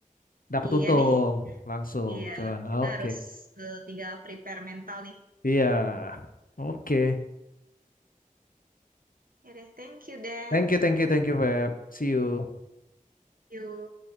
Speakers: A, on the left; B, on the right.
A: dapat
B: Iya
A: untung
B: nih. <laughs>
A: langsung,
B: Iya,
A: cuan.
B: kita
A: Oke.
B: harus eh, tinggal prepare mental nih.
A: Iya. Oke.
B: Oke deh, thank you Dan.
A: Thank you thank you thank you Feb. See you.
B: Yuk.